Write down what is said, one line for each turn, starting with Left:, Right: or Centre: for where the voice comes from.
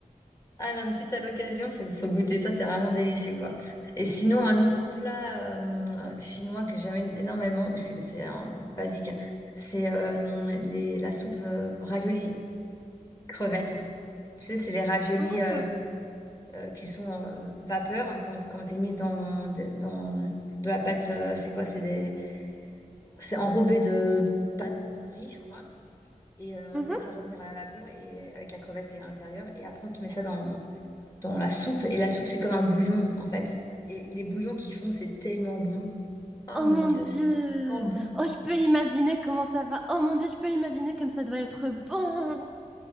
Left: ah non, mais si t'as l'occasion, faut, faut goûter ça, c'est vraiment délicieux, quoi. Et sinon, un autre plat euh, chinois que j'aime énormément, parce que c'est un basique, hein, c'est euh, les, la soupe euh, ravioli crevettes. Tu sais, c'est les raviolis
Centre: Ah.
Left: euh, euh, qui sont euh, vapeur, hein, quand, quand t'es mise dans, dans de la pâte, euh, c'est quoi? C'est des, c'est enrobé de pâte de riz, je crois. Et euh,
Centre: Mhm.
Left: on fait ça revenir à la vapeur et avec la crevette qui est à l'intérieur. Et après, on te met ça dans dans la soupe. Et la soupe, c'est comme un bouillon, en fait. Et les bouillons qu'ils font, c'est tellement bon. Oh
Centre: Oh
Left: mon
Centre: mon
Left: Dieu,
Centre: Dieu!
Left: c'est tellement bon.
Centre: Oh, je peux imaginer comment ça va. Oh mon Dieu, je peux imaginer comme ça doit être bon.